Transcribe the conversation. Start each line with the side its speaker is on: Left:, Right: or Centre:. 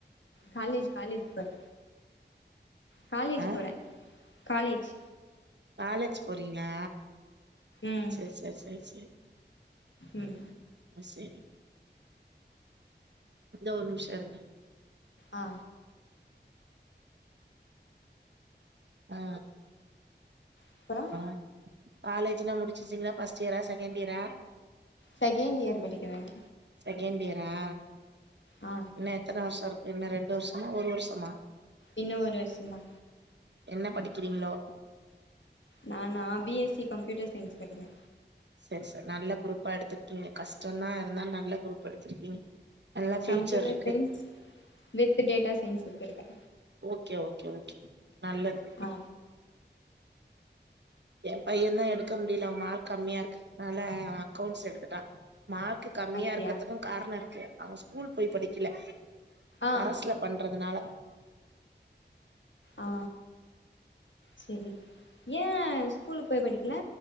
Left: காலேஜ் காலேஜ் போறே காலேஜ்
Right: ஆ
Left: போறே காலேஜ்
Right: காலேஜ் போறீங்களா
Left: ம்
Right: சரி சரி சரி சரி
Left: ம்
Right: வயசு என்ன இந்தோ ஒரு நிமிஷ இருங்க
Left: ஆ
Right: ஆ
Left: அப்றோ
Right: ஆ ஆ காலேஜ்னா முடிச்சிருச்சீங்கள ஃபஸ்ட் இயரா செகண்ட் இயரா
Left: செகண்ட் இயர் படிக்குறாங்
Right: செகண்ட் இயரா
Left: ஆ
Right: இன்ன எத்தனை வருஷ இருக்கு இன்ன ரெண்டு வருஷமா ஒரு வருஷமா
Left: இன்னு ஒரு வருஷந்தா
Right: என்ன படிக்கிறீங்களோ
Left: நானா பிஎஸ்சி கம்ப்யூட்டர் சயின்ஸ் படிக்றே
Right: சரி சா நல்ல குரூப்பா எடுத்திருக்கீங்க கஷ்டந்தா இருந்தா நல்ல குரூப் எடுத்திருக்கீங்க நல்லா ஃபியூச்சர்
Left: கம்ப்யூட்டர்
Right: இருக்கு
Left: சயின்ஸ் வித் டேட்டா சயின்ஸ் எத்துருக்கே
Right: ஓகே ஓகே ஓகே நல்லது
Left: ஆ
Right: என் பையந்தா எடுக்க முடியல மார்க் கம்மியா இருக்குதனால அக்கௌண்ட்ஸ் எடுத்துட்டா மார்க்கு கம்மியா
Left: அப்டியா
Right: இருக்கிறதுக்கு காரண இருக்கு அவன் ஸ்கூல் போய் படிக்கல
Left: ஆ
Right: கரஸ்ல பண்றதுனால
Left: ஆ சேரி ஏன் ஸ்கூலுக்கு போய் படிக்கல